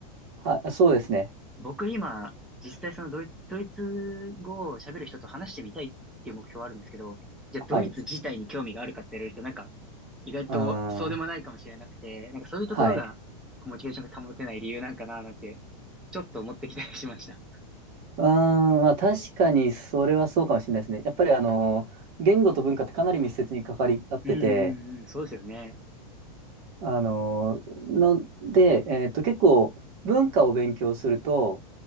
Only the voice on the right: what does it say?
は、そうですね。
はい。
うーん。
はい。
うーん。まあ確かにそれはそうかもしれないですね。やっぱりあの、言語と文化ってかなり密接に関わり合ってて、
あの、ので、えっと、結構文化を勉強すると、